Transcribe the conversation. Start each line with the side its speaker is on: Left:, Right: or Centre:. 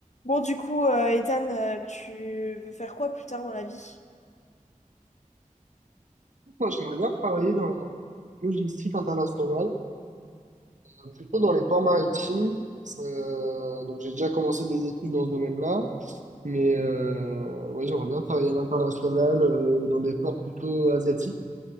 Left: Bon, du coup, euh, Ethan, euh, tu veux faire quoi plus tard dans la vie?
Right: Moi, j'aimerais bien travailler dans la logistique internationale, euh, plutôt dans les ports maritimes. Euh, donc, j'ai déjà commencé des études dans ce domaine-là, mais euh, ouais, j'aimerais bien travailler à l'international, euh, dans des ports plutôt asiatiques.